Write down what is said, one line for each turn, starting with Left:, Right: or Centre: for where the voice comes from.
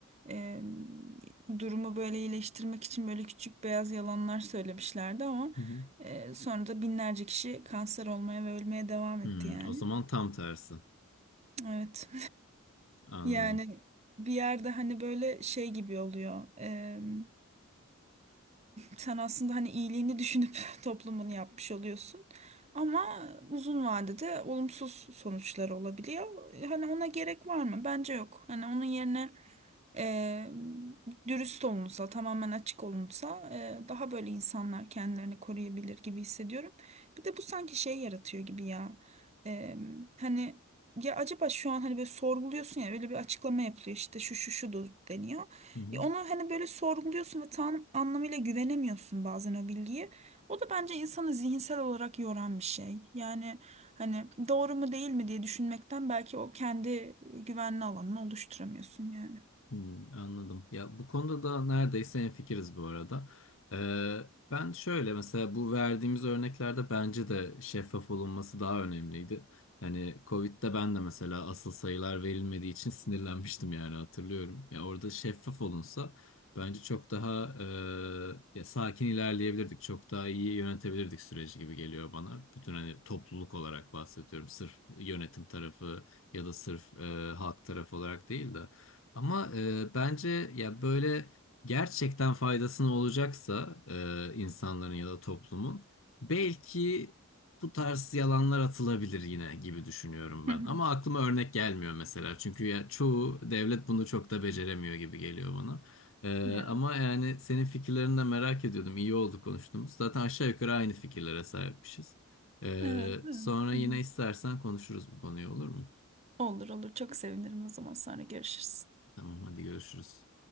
Right: E, durumu böyle iyileştirmek için böyle küçük beyaz yalanlar söylemişlerdi ama
Left: Hı hı.
Right: e, sonra da binlerce kişi kanser olmaya ve ölmeye devam etti
Left: Hmm,
Right: yani.
Left: o zaman tam tersi.
Right: Evet.
Left: Anladım.
Right: Yani bir yerde hani böyle şey gibi oluyor. Em, sen aslında hani iyiliğini düşünüp <laughs> toplumun yapmış oluyorsun. Ama uzun vadede olumsuz sonuçları olabiliyor. Hani ona gerek var mı? Bence yok. Hani onun yerine e, dürüst olunsa, tamamen açık olunsa e, daha böyle insanlar kendilerini koruyabilir gibi hissediyorum. Bir de bu sanki şey yaratıyor gibi ya. E, hani ya acaba şu an hani böyle sorguluyorsun ya öyle bir açıklama yapılıyor işte şu şu şu deniyor.
Left: Hı hı.
Right: Ya Onu hani böyle sorguluyorsun ve tam anlamıyla güvenemiyorsun bazen o bilgiye. O da bence insanı zihinsel olarak yoran bir şey. Yani hani doğru mu değil mi diye düşünmekten belki o kendi güvenli alanını oluşturamıyorsun yani.
Left: Hmm, anladım. Ya bu konuda da neredeyse hemfikiriz bu arada. Ee, ben şöyle mesela bu verdiğimiz örneklerde bence de şeffaf olunması daha önemliydi. Hani Covid'de ben de mesela asıl sayılar verilmediği için sinirlenmiştim yani hatırlıyorum. Ya orada şeffaf olunsa bence çok daha e, ya sakin ilerleyebilirdik. Çok daha iyi yönetebilirdik süreci gibi geliyor bana. Bütün hani topluluk olarak bahsediyorum. Sırf yönetim tarafı ya da sırf e, halk tarafı olarak değil de. Ama e, bence ya böyle gerçekten faydasını olacaksa e, insanların ya da toplumun belki bu tarz yalanlar atılabilir yine gibi düşünüyorum
Right: <laughs>
Left: ben. Ama aklıma örnek gelmiyor mesela. Çünkü ya çoğu devlet bunu çok da beceremiyor gibi geliyor bana. E,
Right: Yani
Left: ama yani senin fikirlerini de merak ediyordum. İyi oldu konuştuğumuz. Zaten aşağı yukarı aynı fikirlere sahipmişiz. E,
Right: evet, evet.
Left: sonra
Right: Hı
Left: yine
Right: hı.
Left: istersen konuşuruz bu konuyu olur mu?
Right: Olur olur çok sevinirim o zaman sonra görüşürüz.
Left: Tamam hadi görüşürüz.